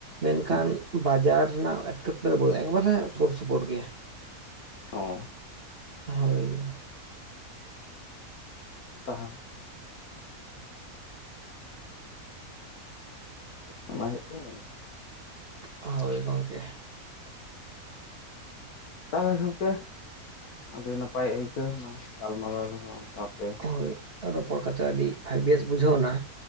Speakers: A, on the right (about 40°); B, on the left (about 80°).
A: ᱢᱮᱱᱠᱷᱟᱱ
B: ᱦᱩᱸ
A: ᱵᱟᱡᱟᱨ ᱨᱮᱱᱟᱜ ᱮᱴᱠᱮᱴᱚᱬᱮ ᱫᱚ ᱵᱟᱹ ᱮᱠᱵᱟᱨᱮ ᱥᱩᱨ ᱥᱩᱯᱩᱨ ᱜᱮ᱾
B: ᱚᱸ
A: ᱦᱳᱭ
B: ᱛᱟᱦᱚᱞᱮ ᱚᱱᱟ ᱦᱩᱭᱩᱜ ᱠᱟᱱᱟ ᱢᱮᱱ ᱠᱷᱟᱛᱟ᱾
A: ᱦᱳᱭ ᱜᱚᱝᱠᱮ <inaudible>
B: ᱛᱟᱦᱚᱞᱮ ᱜᱷᱚᱢᱠᱮ ᱟᱹᱰᱤ ᱱᱟᱯᱟᱭ ᱟᱹᱭᱠᱟᱹᱣᱱᱟ ᱜᱟᱞᱢᱟᱨᱟᱣ ᱨᱮᱦᱚᱸ ᱟᱢ ᱥᱟᱶᱛᱮ᱾
A: ᱦᱳᱭ ᱨᱚᱯᱚᱲ ᱠᱟᱛᱮ ᱟᱹᱰᱤ ᱵᱷᱟᱭ ᱵᱮᱥ ᱵᱩᱡᱷᱟᱹᱣᱱᱟ᱾